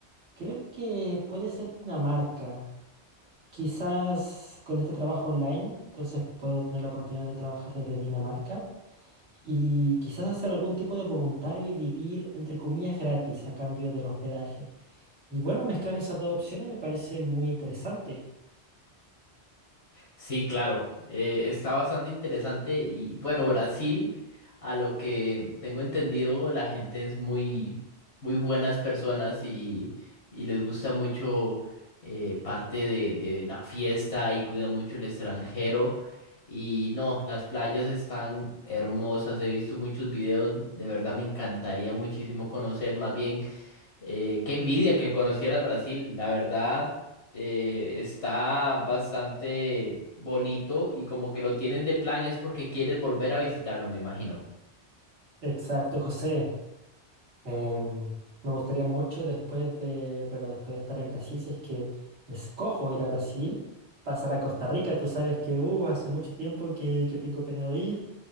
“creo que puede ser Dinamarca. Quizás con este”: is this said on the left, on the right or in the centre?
Right